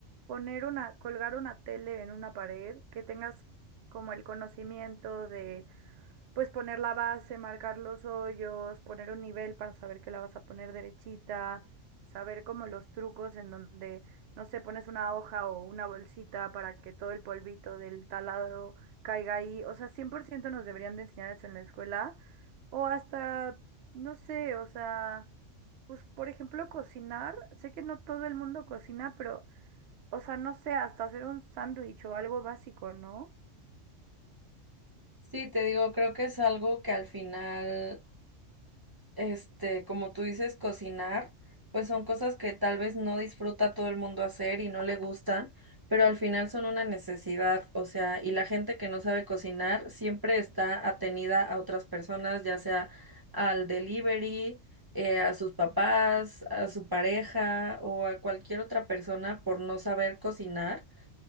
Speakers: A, on the right; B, on the right.
A: poner una, colgar una tele en una pared, que tengas como el conocimiento pues poner la base, marcar los hoyos, poner un nivel para saber que la vas a poner derechita, saber como los trucos en donde, no sé, pones una hoja o una bolsita para que todo el polvito del taladro caiga ahí. O sea, 100% nos deberían de enseñar eso en la escuela. O hasta, no sé, o sea, pues por ejemplo cocinar. Sé que no todo el mundo cocina, pero, o sea, no sé, hasta hacer un sándwich o algo básico, ¿no?
B: Sí, te digo, creo que es algo que al final este, como tú dices, cocinar, pues son cosas que tal vez no disfruta todo el mundo hacer y no le gustan, pero al final son una necesidad, o sea, y la gente que no sabe cocinar siempre está atenida a otras personas, ya sea al delivery, eh, a sus papás, a su pareja o a cualquier otra persona por no saber cocinar.